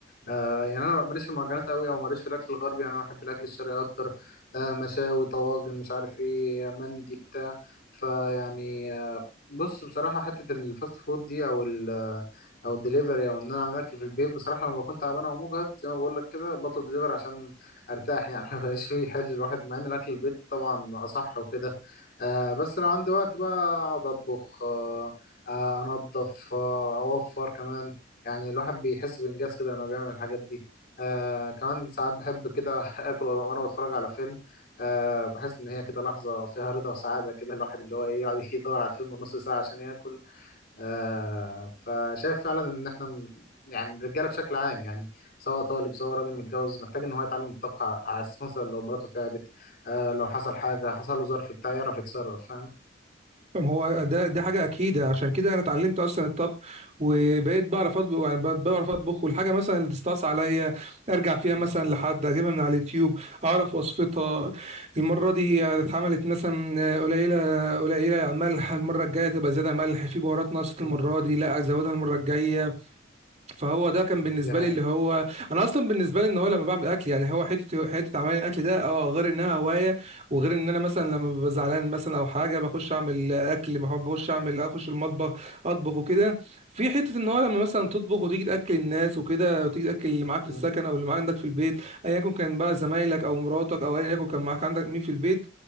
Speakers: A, on the left; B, on the right.
A: آه يعني انا ماليش في المعجنات قوي او ماليش في الاكل الغربي يعني انا بحب الاكل الشرقي اكتر آه مشاوي طواجن مش عارف ايه مندي بتاع فيعني آه بص بصراحه حته الفاست فود دي او ال آه، او الدليفري او ان انا اعمل اكل في البيت بصراحه لما بكون تعبان او مجهد زي ما بقول لك كده بطلب دليفري عشان ارتاح يعني <laughs> ما بقاش فيه حل الواحد مع ان الاكل البيت طبعا اصح وكده آه بس لو عندي وقت بقى اقعد اطبخ آه آه، انضف آه، اوفر كمان يعني الواحد بيحس بإنجاز كده لما بيعمل الحاجات دي آه كمان ساعات بحب كده <laughs> آكل وأنا بتفرج على فيلم آه بحس إن هي كده لحظة فيها رضا وسعادة كده الواحد اللي هو إيه يقعد <laughs> يدور على الفيلم نص ساعة عشان ياكل آه فشايف فعلا إن إحنا م- يعني الرجالة بشكل عام يعني سواء طالب سواء راجل متجوز محتاج إن هو يتعلم الطبخ ع- على أساس مثلا لو مراته تعبت آه لو حصل حاجة حصل له ظرف بتاع يعرف يتصرف فاهم؟
B: ما هو ده دي حاجة أكيدة عشان كده أنا اتعلمت أصلا الطبخ وبقيت بعرف أطبخ يعني بقيت بعرف أطبخ والحاجة مثلا اللي تستعصي عليا أرجع فيها
A: مم.
B: مثلا لحد أجيبها من على اليوتيوب أعرف وصفتها المرة دي اتعملت مثلا قليلة قليلة ملح المرة الجاية تبقى زيادة ملح في بهارات ناقصة
A: مم.
B: المرة دي لا أزودها المرة الجاية فهو ده كان بالنسبه
A: دي هي
B: لي اللي هو انا اصلا بالنسبه لي ان هو لما بعمل اكل يعني هو حته حته عمل الاكل ده اه غير انها هوايه وغير ان انا مثلا لما ببقى زعلان مثلا او حاجه بخش اعمل اكل بحب بخش اعمل اخش المطبخ اطبخ وكده في حته ان هو لما مثلا تطبخ وتيجي تاكل الناس وكده وتيجي تاكل اللي معاك
A: <laughs>
B: في السكن او اللي معاك عندك في البيت ايا يكن كان بقى زمايلك او مراتك او ايا يكن كان معاك عندك مين في البيت